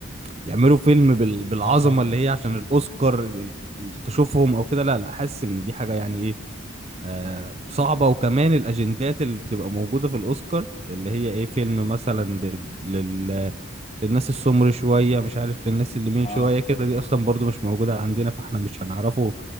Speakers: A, on the right (about 30°); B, on the left (about 30°).
A: يعملوا فيلم بال- بالعظمة
B: ضخامة
A: اللي
B: دي
A: هي عشان الاوسكار ال- تشوفهم او كده لا لا حاسس ان دي حاجة يعني إيه آه، صعبة وكمان الأجندات اللي بتبقى موجودة في الأوسكار اللي هي إيه فيلم مثلا لل... لل... للناس السمر شوية مش عارف للناس اللي مين
B: أه
A: شوية كده دي أصلا برضو مش موجودة عندنا فإحنا مش هنعرفوا